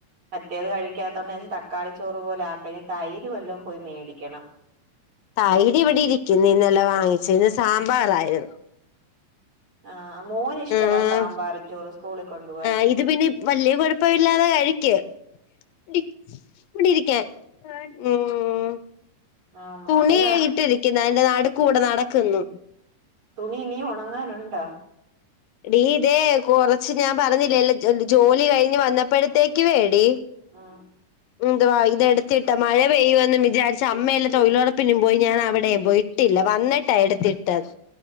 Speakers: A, on the right; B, on the left.
A: മറ്റേത് കഴിക്കാത്തോണ്ട് ഞാം <unintelligible> തക്കാളി ചോറ് പോലാക്കാം. ഇനി തൈര് വല്ലോം പോയി മേടിക്കണം.
B: തൈരിവിടെ ഇരിക്കുന്ന്, ഇന്നലെ വാങ്ങിച്ച്. ഇന്ന് സാമ്പാറാരുന്ന്.
A: ആ മോന് ഇഷ്ടവാ
B: ആഹ്.
A: സാമ്പാറും ചോറും സ്കൂളിൽ കൊണ്ടുപോവാൻ
B: ആ ഇത് പിന്നെ വലിയ കുഴപ്പമില്ലാതെ കഴിക്കും. എ <unintelligible> ഇവിടിരിക്കാൻ. ഉം
A: ആ
B: തുണിയേ
A: അവനാ
B: ഇട്ടിരിക്ക ദാ എന്റെ നടുക്കൂടെ നടക്കുന്നു.
A: തുണി ഇനീം ഒണങ്ങാനുണ്ടോ?
B: ഡീ ഇതേ കൊറച്ച് ഞാൻ പറഞ്ഞില്ലല്ല ജോലി കഴിഞ്ഞ് വന്നപ്പഴത്തേക്കുവേടി
A: ആ
B: ന്തുവാ ഇതെടുത്തിട്ട് മഴ പെയ്യുമെന്നും വിചാരിച്ച് അമ്മയെല്ല തൊഴിലുറപ്പിനും പോയി. ഞാനവിടേം പോയി. ഇട്ടില്ല വന്നിട്ടാ എടുത്തിട്ടത്